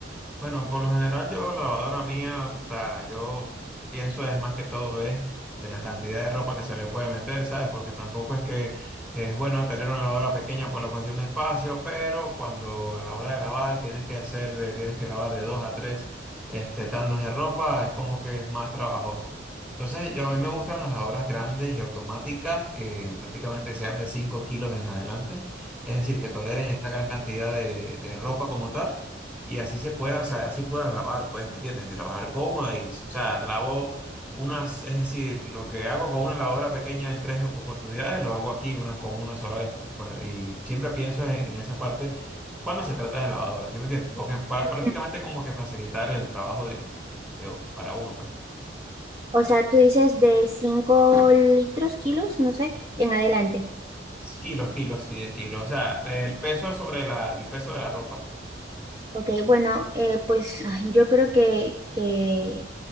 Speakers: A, in the centre; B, on the right.
A: Bueno, por lo general yo la lavadora mía, o sea, yo pienso es más que todo es en la cantidad de ropa que se le puede meter, ¿sabes? Porque tampoco es que es bueno tener una lavadora pequeña por la cuestión de espacio, pero cuando a la hora de lavar tienes que hacer, de- tienes que lavar de dos a tres este, tandas de ropa, es como que es más trabajoso. Entonces, yo, a mí me gustan las lavadoras grandes y automáticas que prácticamente sean de 5 kilos en adelante, es decir, que toleren esta gran cantidad de de- de ropa como tal. Y así se pueda, o sea, así puedan lavar, pues, ¿me entiendes? De trabajar cómoda y, o sea, lavo unas, es decir, lo que hago con una lavadora pequeña en tres oportunidades, lo hago aquí una, con una sola vez. pues, Y, por- y siempre pienso en, en esa parte cuando se trata de lavadoras, ¿sí me entiendes? Porque para,
B: Ujú.
A: prácticamente como que facilitar el trabajo de, de- de- para uno, pues.
B: O sea, tú dices de 5 litros, kilos, no sé, en adelante.
A: Kilos, kilos y de kilos. O sea, el peso sobre la, el peso de la ropa.
B: Ok, bueno, eh, pues ay, yo creo que, que